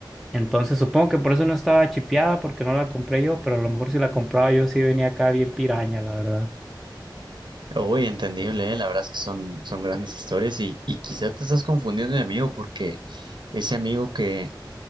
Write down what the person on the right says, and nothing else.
Uy, entendible, ¿eh? La verdad es que son, son grandes historias y, y quizá te estás confundiendo de amigo porque ese amigo que,